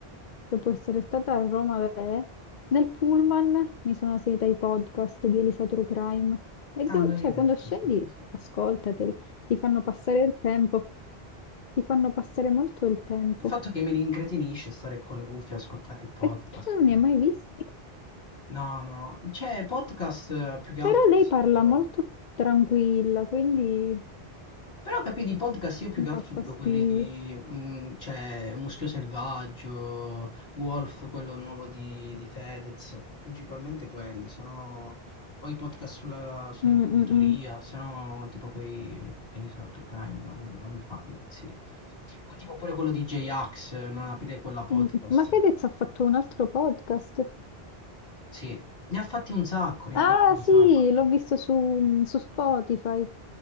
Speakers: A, on the left; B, on the left.
A: Dopo essere stata a Roma da te, nel pullman mi sono seguita i podcast di Elisa True Crime e
B: Ah,
A: devo-
B: me l'avevi
A: cioè,
B: detto,
A: quando scendi,
B: sì, sì, sì. Il
A: ascoltateli, ti fanno passare il tempo, ti fanno passare molto il tempo.
B: fatto che mi rincretinisce stare con le cuffie e ascoltare il podcast.
A: E tu non
B: eh.
A: ne hai mai visti,
B: No, no, cioè podcast eh, più che
A: però
B: altro
A: lei
B: ho sentito
A: parla molto tranquilla, quindi
B: Però capì di podcast io più
A: mi
B: che altro
A: dà fastidio.
B: vedo quelli di, mm, cioè, Muschio Selvaggio, Wolf, quello nuovo di, di Fedez, principalmente quelli, sono o i podcast sulla, sull'imprenditoria,
A: Mm, mm, mm.
B: se no tipo quei Edison to Crime non, non mi fa impazzire. Poi tipo pure quello di J-Ax, non aprire quella podcast.
A: Mm. Ma Fedez ha fatto un altro podcast.
B: Sì, ne ha fatti un sacco, ne
A: Ah
B: ha aperti un
A: sì,
B: sacco.
A: l'ho visto su, mm, su Spotify.